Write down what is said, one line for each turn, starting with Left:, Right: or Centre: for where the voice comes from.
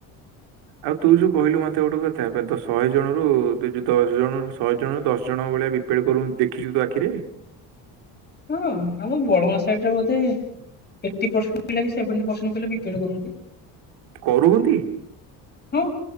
Right: ଆଉ ତୁ ଯୋଉ କହିଲୁ ମତେ ଗୋଟେ କଥା ଶହେ ଜଣ ରୁ ତୁ ଯଦି ଦଶ ଜଣରୁ ଶହେ ଜଣରୁ ଦଶ ଜଣଙ୍କ ଭଳିଆ ବିପେଡ଼୍ କରୁ ଦେଖିଛୁ ତୁ ଆଖିରେ?
Left: ହଁ ଆମ ବଳଙ୍ଗା ସାଇଡରେ ବୋଧେ ଏଟି କି ସେଭେନ୍ତି ପରସେଣ୍ଟ ପିଲା ବିପିଏଡ କରନ୍ତି
Right: କରୁ ହନ୍ତି?
Left: ହଁ